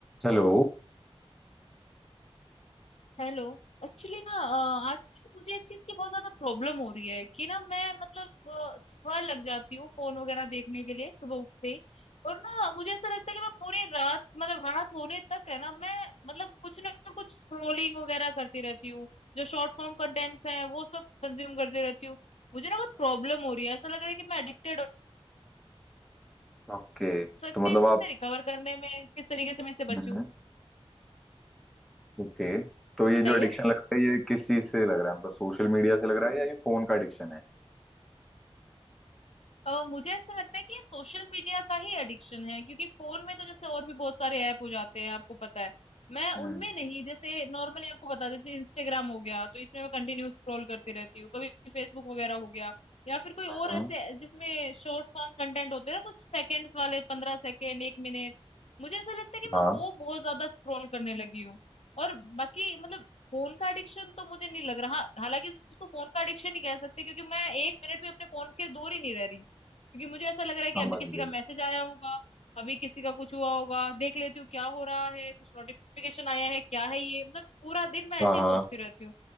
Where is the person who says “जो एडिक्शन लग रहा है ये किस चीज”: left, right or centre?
Centre